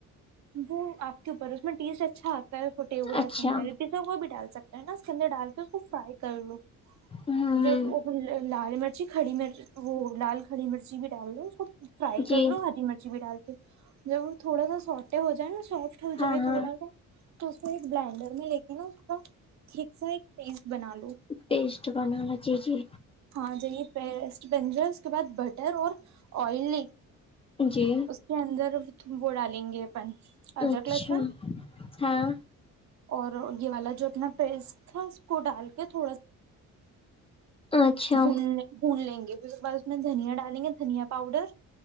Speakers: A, on the right (about 60°); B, on the left (about 20°).
A: وہ آپ کے اوپر میں ٹیس اچھا آتا ہے ٹیبل لسن
B: اچھا
A: کر پیزا وہ بھی ڈال سکتا ہے نا اس کندے ڈال کے اس کو فرائی کر لو
B: ہوں
A: جب وہ لال مرچی کھڑی مرچ وہ لال کھڑی مرچی بھی ڈال لو اس کو فرائی
B: جی
A: کر لو ہری مرچی بھی ڈال دو تھوڑا سا ہو جائے نا سافٹ ہو
B: ہاں
A: جائے
B: ہاں
A: تھوڑا سا تو اس ایک بلینڈر میں لے کے ین ٹیک سا ایک بنا لو
B: پٹیسٹ بنانا جی جی
A: ہاں جیے پیسٹ بنجر اس کے بعد بٹر اور آئل
B: جی
A: اس کے اندر وہ ڈالیں گے اپن ادر
B: اچھا
A: کلسن
B: ہاں
A: اور یہ والا جو اپنا پیسٹ تھا اس کو ڈال کے تھوڑا سا
B: اچھا
A: بھول لیں گے پھر اس کے بعد اس میں دھنیا ڈالیں گے دھنیا پاؤڈر